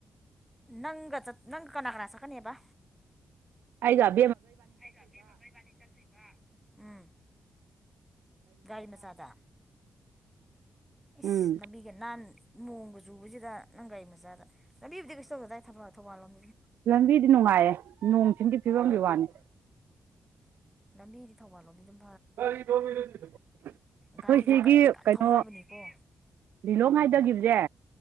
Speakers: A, in the centre; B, on the right.
A: ꯅꯪꯒ ꯆꯠ ꯅꯪ ꯀꯅꯥ ꯀꯅꯥ ꯆꯠꯀꯅꯤꯕ
B: ꯑꯥꯢꯖꯞ
A: ꯑꯩꯒ ꯑꯕꯦꯝꯃꯒ ꯢꯕꯥꯟꯅꯤ ꯆꯠꯇꯣꯢꯕ ꯎꯝ ꯒꯥꯔꯤ ꯃꯆꯥꯗ ꯏꯁ
B: ꯎꯝ
A: ꯂꯝꯕꯤꯒ ꯅꯥꯟ ꯅꯣꯡꯒ ꯆꯨꯕꯁꯤꯗ ꯅꯪ ꯒꯥꯔꯤ ꯃꯆꯥꯗ ꯂꯝꯕꯤꯕꯨꯗꯤ ꯀꯩꯁꯨ ꯇꯧꯗꯗꯥꯏ ꯊꯝꯕꯥꯜ ꯊꯧꯕꯥꯜ ꯂꯣꯝ
B: ꯂꯝꯕꯤꯗꯤ ꯅꯨꯡꯉꯥꯏꯌꯦ ꯅꯣꯡ ꯆꯤꯡꯒꯤ ꯐꯤꯕꯝꯒꯤ ꯋꯥꯅꯤ
A: ꯂꯝꯕꯤꯗꯤ ꯊꯧꯕꯥꯜꯂꯣꯝꯗꯤ ꯗꯨꯝ
B: ꯑꯩꯈꯣꯏ
A: ꯒꯥꯔꯤꯗꯣ
B: ꯁꯤꯒꯤ
A: ꯀꯟ ꯀꯟ
B: ꯀꯩꯅꯣ
A: ꯊꯧꯅꯕꯅꯤꯀꯣ
B: ꯂꯤꯂꯣꯡ ꯍꯥꯏꯗꯈꯤꯕꯁꯦ